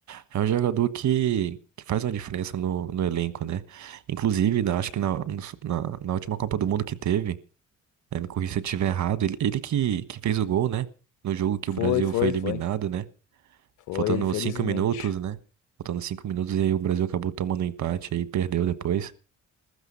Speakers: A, on the right (about 70°); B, on the left (about 75°).
A: É um jogador que, que faz uma diferença no, no elenco, né? Inclusive, na- acho que na, nos- na, na última Copa do Mundo que teve, né, me corrija se eu estiver errado, ele, ele que, que fez o gol, né? No jogo que
B: Foi,
A: o Brasil
B: foi,
A: foi eliminado,
B: foi.
A: né?
B: Foi
A: faltando
B: ele, felizmente.
A: cinco minutos, né? Faltando cinco minutos e aí o Brasil acabou tomando um empate aí, perdeu depois.